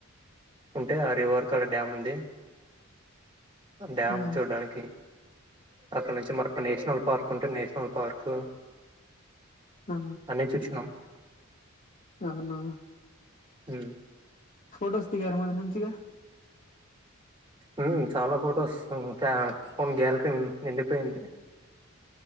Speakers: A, on the right; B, on the left.
A: ఉంటే ఆ రివర్ కాడ డ్యామ్ ఉంది డ్యామ్
B: హ్మ్.
A: చూడడానికి అక్కడ నుంచి మర నేషనల్ పార్క్ ఉంటే నేషనల్ పార్కు
B: ఆ
A: అన్నీ చూసినాం
B: అవున
A: హు
B: ఫోటోస్ దిగారా మరి మంచిగా
A: అఓకే చాలా ఫొటోస్ <unintelligible> ఫోన్ గ్యాలరీ నిండిపోయింది